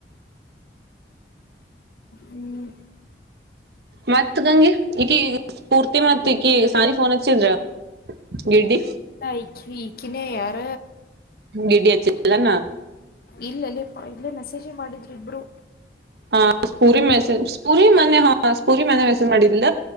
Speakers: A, on the left; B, on the right.
A: ಹ್ಮ್
B: ಮತ್ ಗಂಗಿ ಈಕಿ ಪೂರ್ತಿ ಮತ್ ಈಕಿ ಸಾನಿ ಫೋನ್ ಹಚ್ಚಿದ್ರ ಗಿಡ್ಡಿ
A: <unintelligible> ಕಿನೇ ಯಾರ
B: ಗಿಡ್ಡಿ ಅಚ್ಚಿಲ್ಲೇನು?
A: ಇಲ್ಲಲ್ಲೇಪ ಇಲ್ಲೇ ಮೆಸೇಜ್ ಮಾಡಿದ್ರು ಇಬ್ರು.
B: ಹಾ ಸ್ಪೂರಿ ಮೆಸೇಜ್ ಸ್ಪೂರಿ ಮನೆ ಹಾ ಸ್ಪೂರಿ ಮನ್ನೆ ಮೆಸೇಜ್ ಮಾಡಿದ್ಳ